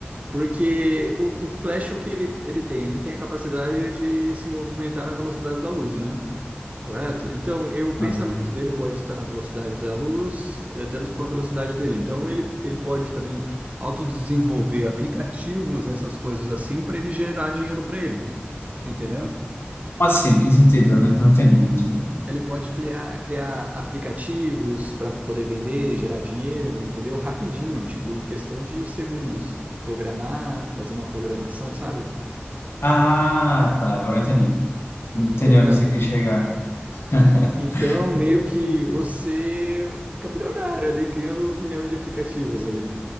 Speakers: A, on the right; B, on the left.
A: Porque o, o Flash, o que ele, ele tem? Ele tem a capacidade de se movimentar na velocidade da luz, né? Correto? Então, eu, o pensamento
B: Ah,
A: dele pode estar na velocidade da luz, eh, tanto com a velocidade dele. Então, ele, ele pode também autodesenvolver aplicativos, essas coisas assim, para ele gerar dinheiro para ele. Entendeu?
B: Assim, que sentido? Eu Não, não entendi, não entendi.
A: Ele pode criar, criar aplicativos para poder vender, gerar dinheiro, entendeu? Rapidinho, tipo, em questão de segundos. Programar, fazer uma programação, sabe?
B: Ah, tá, agora eu entendi. Entendi
A: Entendeu?
B: onde você quis chegar. <laughs>
A: Então, meio que você fica milionário ali, criando um milhão de aplicativos ali.